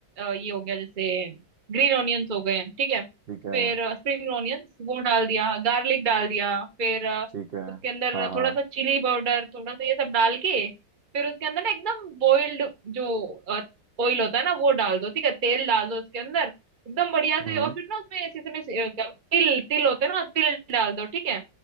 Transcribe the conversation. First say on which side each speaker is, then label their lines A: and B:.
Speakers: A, on the right; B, on the right.
A: ये हो गया जैसे ग्रीन ऑनियंस हो गए ठीक है
B: ठीक है
A: फिर स्प्रिंग ऑनियंस वो डाल दिया गार्लिक डाल दिया फिर अ,
B: ठीक है
A: उसके अंदर
B: हाँ हाँ
A: थोड़ा सा चिली पाउडर थोड़ा सा ये सब डाल के फिर उसके अंदर ना एकदम बॉइल्ड जो ऑयल होता है ना वो डाल दो ठीक है तेल डाल दो उसके अंदर एकदम बढ़िया
B: हम्म
A: से
B: हम्म,
A: और फिर ना उसमें जैसे तिल तिल होते हैं ना तिल डाल दो ठीक है